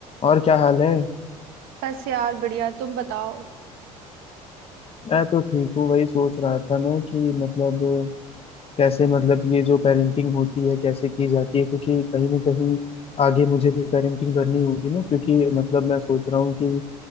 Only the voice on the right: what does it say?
बस यार बढ़िया तुम बताओ